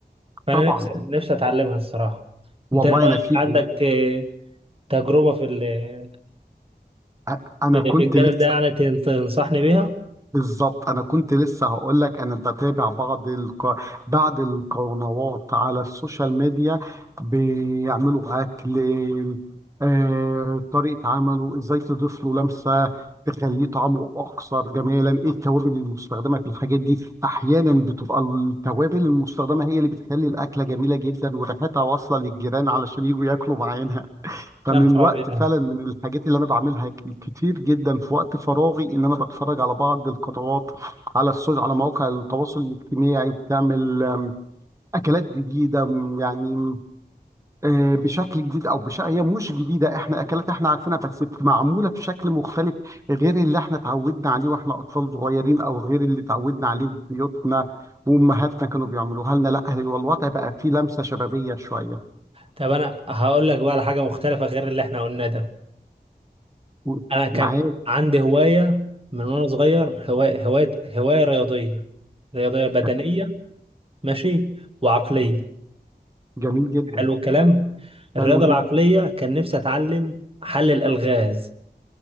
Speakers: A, on the right (about 35°); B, on the right (about 20°).
A: فانا
B: طبعا
A: نفسي نفسي اتعلمها الصراحة
B: والله
A: انت إيه رأيك
B: انا في
A: عندك آه، تجربة في ال-
B: أ- انا
A: في
B: كنت
A: في الجانب
B: لسه
A: ده يعني تن- تنصحني بيها
B: بالظبط انا كنت لسه هقول لك انا بتابع بعض الق... بعض القنوات على السوشيال ميديا بيعملوا اكل آه... طريقة عمله ازاي تضيف له لمسة تخليه طعمه اكثر جمالا ايه التوابل المستخدمة في الحاجات دي احيانا بتبقى التوابل المستخدمة هي اللي بتخلي الاكلة جميلة جدا وريحتها واصلة للجيران علشان يجوا ياكلوا معانا فمن
A: يا نهار
B: الوقت
A: أبيض.
B: فعلا من الحاجات اللي انا بعملها ك- كتير جدا في وقت فراغي ان انا بتفرج على بعض القنوات على السوشيال على مواقع التواصل الاجتماعي بتعمل آم، اكلات جديده م، يعني م، آه، بشكل جديد او بش... هي مش جديده احنا اكلات احنا عارفينها بس معموله بشكل مختلف غير اللي احنا اتعودنا عليه واحنا اطفال صغيرين او غير اللي اتعودنا عليه في بيوتنا وامهاتنا كانوا بيعملوها لنا لا هو الوضع بقى فيه لمسه شبابيه شويه
A: طب انا هقول لك بقى على حاجة مختلفة غير اللي احنا قلناه ده
B: و-
A: انا كان
B: معاك
A: عندي هواية من وانا صغير هواية هواية هواية رياضية رياضية بدنية
B: تمام
A: ماشي وعقلية
B: تمام جميل جدا
A: حلو الكلام الرياضة
B: حلو
A: العقلية
B: جدا
A: كان نفسي أتعلم حل الألغاز